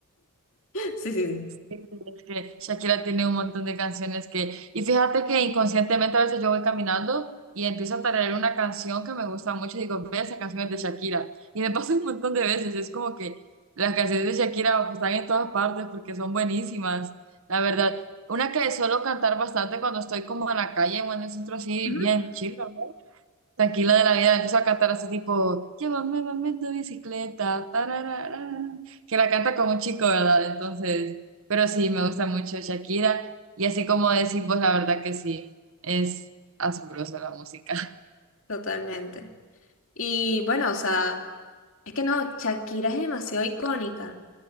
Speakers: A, on the left (about 65°); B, on the right (about 65°).
A: Sí, sí, sí.
B: Sí, Es que Shakira tiene un montón de canciones que... Y fíjate que inconscientemente a veces yo voy caminando y empiezo a tararear una canción que me gusta mucho y digo, ve, esa canción es de Shakira. Y me pasa un montón de veces. Es como que las canciones de Shakira pues, están en todas partes porque son buenísimas, la verdad. Una que suelo cantar bastante cuando estoy como en la calle o en el centro así,
A: Ujú.
B: bien chill, tranquila de la vida, empiezo a cantar así tipo, llévame, mami, en tu bicicleta, tararara, que la canta como un chico, ¿verdad? Entonces, pero sí, me gusta mucho Shakira, y así como decimos, la verdad que sí, es asombrosa la música. <laughs>
A: Totalmente. Y bueno, o sea, es que no, Shakira es demasiado icónica.